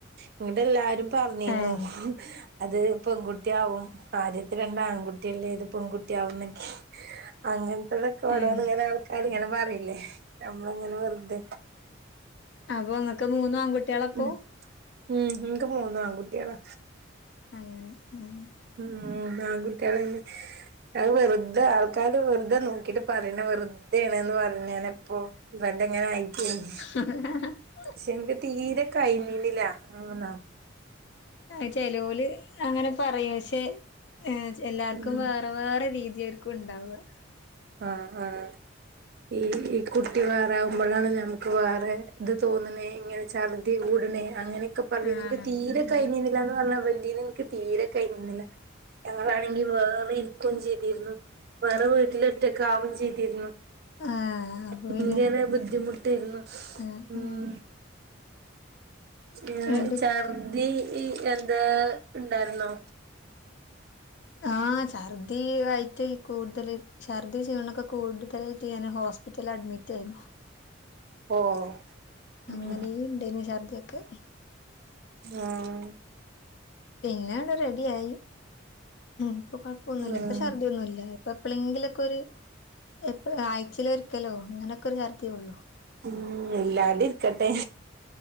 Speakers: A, on the right (about 50°); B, on the left (about 60°).
A: ഇങ്ങട്ട് എല്ലാരും പർഞ്ഞേന്നു.
B: ഏഹ്
A: അത് പെൺകുട്ടി ആവും ആദ്യത്തെ രണ്ട് ആൺകുട്ട്യാല്ലേ ഇത് പെൺകുട്ടിയാവും ന്നൊക്കെ. അങ്ങൻത്തെതൊക്കെ ഓരോന്ന്
B: ഏഹ്
A: ഇങ്ങനെ ആൾക്കാര് ഇങ്ങനെ പറീലെ നമ്മളങ്ങനെ വെർതെ
B: അപ്പോ ഇങ്ങക്ക് മൂന്ന് ആൺകുട്ട്യാ ളാപ്പോ?
A: ഉം ഉം ഇൻക്ക് മൂന്ന് ആൺകുട്ട്യാളാ.
B: അങ്ങനെ ഹ്മ്മ്
A: ഹ്മ്മ് ബാങ്കൊടുക്കാനായില്ലേ അത് വെറുതെ ആൾക്കാര് വെറുതെ നോക്കിട്ട് പറിണാ വെറ് തെണന്ന് പറഞ്ഞാനപ്പോ ഇവാന്റെ ഇങ്ങനെ ആയിക്കേനി
B: <inaudible>
A: പക്ഷേ നമ്മക്ക് തീരെ ടൈമിംഗില്ല എങ്ങനാന്ന്
B: ആഹ് ചെലോല് അങ്ങനെ പറയും പക്ഷേ ഏഹ് എല്ലാർക്കും
A: ഉം
B: വേറെ വേറെ രീതിയായിരിക്കും ഇണ്ടാവാ
A: ആഹ് ആഹ് ഈ ഈ കുട്ടി വേറാവുമ്പഴാണ് ഞമ്മക്ക് വേറെ ഇത് തോന്ന്ണേ ഇങ്ങനെ ഛർ ദി കൂട്നെ അങ്ങനൊക്കെ പറഞ്ഞ്
B: ആഹ്
A: നിനക്ക് തീരെ
B: ആഹ്
A: കഴി ഞ്ഞിലാന്ന് പറഞ്ഞ വണ്ടിന്ന് ഇൻക്ക് തീരെ കഴുന്നില്ല ഞങ്ങളാണെങ്കിൽ വേറെ ഇരിക്കും ചെയ്തിരുന്നു, വേറെ വീട്ടില് ട്ട്ലൊക്കാവും ചെയ്തിരുന്നു.
B: ആഹ് അപ്പൊ
A: ഭയങ്കര
B: പിന്നെ
A: ബുദ്ധിമുട്ടായിരുന്നു
B: ആഹ് ആഹ്
A: ഹ്മ്മ് ഞാൻ
B: എന്നിട്ട്
A: ഛർദി ഈ എന്താ ഇണ്ടായിരുന്നോ?
B: ആഹ് ഛർദി വയറ്റി കൂടുതല് ഛർദി ക്ഷീണൊക്കെ കൂടുതലായിട്ട് ഞാൻ ഹോസ്പിറ്റലി അഡ്മിറ്റായിരുന്നു.
A: ഓഹ് ഉം
B: അങ്ങനീം ഇണ്ടായിഞ്ഞോ ഛർദിയൊക്കെ
A: ആഹ്.
B: പിന്നാണ്ട് റെഡിയായി ഇപ്പോ കൊഴപ്പൊന്നുല്ല,
A: ആഹ്
B: ഇപ്പോ ഛർദ്ദിയൊന്നുംല്ല. അപ്പ എപ്പളെങ്കിലൊക്കെ ഒരു എപ്പള് ആഴ്ചയിലൊരിക്കലോ അങ്ങനൊക്കൊരു ഛർദിയേ ഉള്ളു.
A: ഹ്മ്മ് ഇല്ലാതിരിക്കട്ടെ